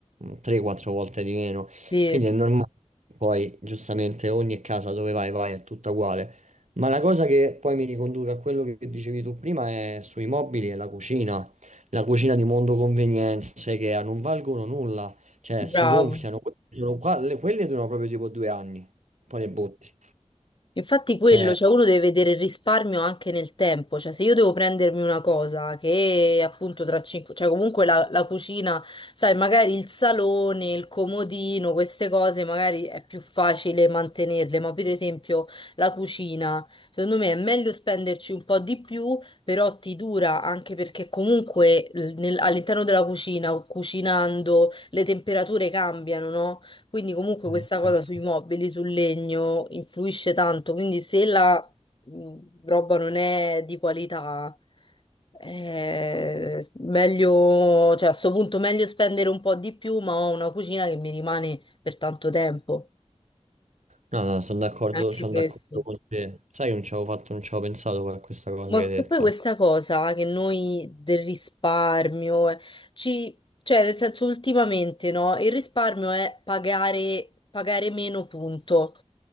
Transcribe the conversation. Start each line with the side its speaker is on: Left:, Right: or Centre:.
Right: 3-4 volte di meno.
Left: sì,
Right: Quindi è normale, poi giustamente ogni casa dove vai vai è tutta uguale. Ma la cosa che poi mi riconduce a quello che dicevi tu prima è sui mobili e la cucina. La cucina di mondo convenienze che a- non valgono nulla, cioè
Left: bravo.
Right: si gonfiano, que- sono qua- le- quelle durano proprio tipo due anni, poi le butti.
Left: Infatti quello,
Right: Cioè,
Left: cioè uno deve vedere il risparmio anche nel tempo, cioè se io devo prendermi una cosa che appunto tra cinque, cioè comunque la, la cucina, sai, magari il salone, il comodino, queste cose magari è più facile mantenerle, ma per esempio la cucina, secondo me è meglio spenderci un po' di più, però ti dura anche perché comunque l- nel- all'interno della cucina, cucinando, le temperature cambiano, no? Quindi comunque
Right: eh,
Left: questa cosa
Right: certo.
Left: sui mobili, sul legno, influisce tanto. Quindi se la mh, roba non è di qualità, è meglio, cioè a sto punto meglio spendere un po' di più, ma ho una cucina che mi rimane per tanto tempo.
Right: no, no, sono d'accordo,
Left: Anche
Right: sono
Left: questo.
Right: d'accordo con te. Sai, che non ci avevo fatto, non ci avevo pensato a questa cosa
Left: Ma
Right: che hai detto.
Left: che poi questa cosa che noi del risparmio, eh, ci, cioè nel senso ultimamente no, il risparmio è pagare, pagare meno punto,